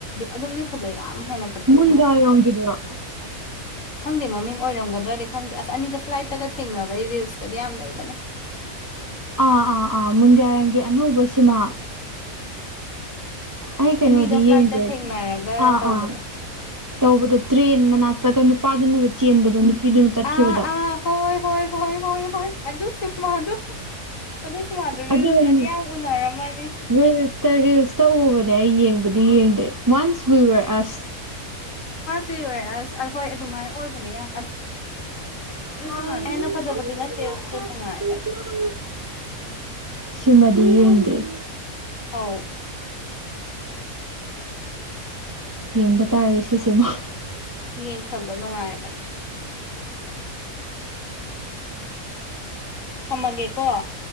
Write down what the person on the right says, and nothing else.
ꯃꯟꯗ
ꯌꯣꯡꯒꯤꯗꯔꯣ
ꯑꯥ ꯑꯥ ꯑꯥ ꯃꯨꯟꯒꯏꯔꯟꯒꯤ ꯑꯅꯧꯕ ꯁꯤꯃꯥ ꯑꯩ ꯀꯩꯩꯅꯣꯗꯤ
ꯌꯦꯡꯗ꯭ꯔꯦ
ꯑꯥ
ꯑꯥ ꯇꯧꯕꯗꯣ ꯇ꯭ꯔꯦꯟ ꯃꯅꯥꯛꯇꯒ ꯅꯨꯄꯥꯗꯨꯅꯒ ꯆꯦꯟꯕꯗꯣ ꯅꯨꯄꯤꯗꯨꯅ ꯆꯠꯈꯤꯕꯗ
ꯑꯗꯨ
ꯑꯩ
ꯔꯤꯜꯁꯇ ꯔꯤꯜꯁꯇ ꯎꯕꯅꯦ ꯑꯩ ꯑꯩ ꯌꯦꯡꯕꯗꯤ ꯌꯦꯡꯗ꯭ꯔꯤ ꯋꯥꯟꯁ ꯋꯤꯋꯣꯌꯔ ꯑꯁ
<unintelligible>
ꯁꯤꯃꯗꯤ ꯌꯦꯡꯗ꯭ꯔꯤ
ꯌꯦꯡꯕ ꯇꯥꯔꯦ ꯁꯤꯁꯤꯃ